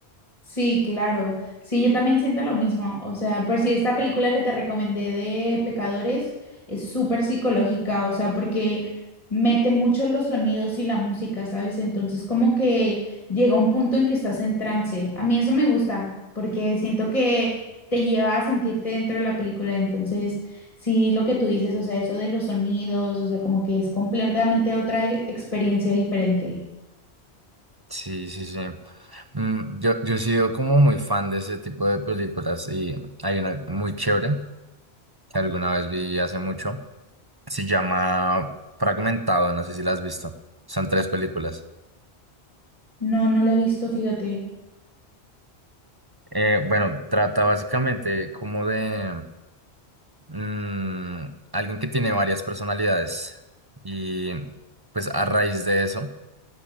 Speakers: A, on the left; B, on the right.
A: Sí, claro. Sí, yo también siento lo mismo. O sea, por si esta película que te recomendé de Pecadores es súper psicológica, o sea, porque mete mucho los sonidos y la música, ¿sabes? Entonces, como que llega un punto en que estás en trance. A mí eso me gusta, porque siento que te lleva a sentirte dentro de la película. Entonces, sí, lo que tú dices, o sea, eso de los sonidos, o sea, como que es completamente otra e- experiencia diferente.
B: Sí, sí, sí. Mm, yo, yo he sido como muy fan de ese tipo de películas y hay una muy chévere que alguna vez vi hace mucho Se llama Fragmentado, no sé si la has visto. Son tres películas.
A: No, no la he visto, fíjate.
B: Eh, bueno, trata básicamente como de mm, alguien que tiene varias personalidades y pues a raíz de eso,